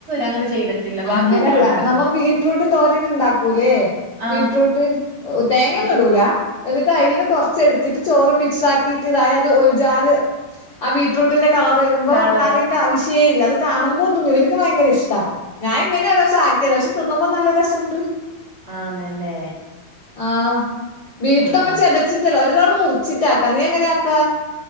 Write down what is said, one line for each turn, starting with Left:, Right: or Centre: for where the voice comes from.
Right: അങ്ങനെ ചെയ്തിട്ടില്ല
Left: അങ്ങനെയല്ല
Right: ബാക്കിയെല്ലാം ഉണ്ടാകുന്നെ
Left: നമ്മ ബീടറൂട്ട് തോരന്ന ഉണ്ടാക്കൂല്ലേ
Right: ആഹ്
Left: ബീടറൂട്ട് തേങ്ങൊന്നും
Right: ആഹ്
Left: ഇടുല എന്നിട്ട് അയലിന്ന് കൊറച്ച് എടുത്തിട്ട് ചോറ് മിക്സ് ആക്കിട്ട് ഇതായ അത് ഒരു ജാതി ആ ബീട്രൂട്ടിന്റെ കളർ വരുമ്പോൾ
Right: കളർ
Left: കറീന്റെ ആവശ്യേ ഇല്ല അത് കാണുമ്പോ തോന്നും ഇവർ എനിക്ക് ഭയങ്കര ഇഷ്ട ഞാൻ ഇങ്ങനെ ഒരു ദിവസം ആക്കിയത പക്ഷെ തിന്നുമ്പോൾ നല്ല രസമുണ്ട്
Right: ആന്നല്ലേ
Left: ആഹ ബീട്ടിട്ട്
Right: ആഹ്
Left: ചതച്ചിട്ടല്ലോ ഒരാൾ മുറിച്ചിട്ട ആക്ക നീ എങ്ങനെ ആക്ക